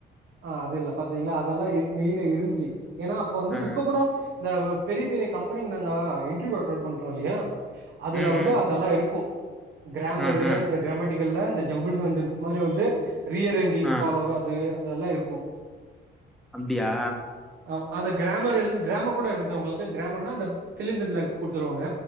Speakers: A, on the right; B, in the centre.
A: ஆ அது இல்ல பாத்திங்களா அதெல்லா இ மெயினா இருஞ்ச்சி ஏனா அப்ப வந்து
B: ஆ
A: இப்ப கூட த வு பெரிய பெரிய கம்பெனிக்கு நாங்கோ இன்ட்ர்வ்யூ அட்டோன் பண்றோ இல்லியா? அதுல
B: ம்
A: வந்து
B: ம்
A: அதெல்லா இருக்கு கிராமரு
B: ஆ ஆ
A: இந்த கிரமேட்டிக் கள்ல இந்த ஜம்புள்டு சென்டன்ஸ் மாரி வந்து ரீ அரேஞ்சிங்
B: ஆ
A: ஃபாலோவ து அதெல்லா இருக்கு.
B: அப்டியா?
A: அவ் அந்த க்ராமர் எழ்து க்ராம கூட இருந்ச்சா உங்களுக்கு க்ராமர்னா அந்தப் ஃபில் இந்த ப்ளாங்க்ஸ் குடுத்துருவாங்க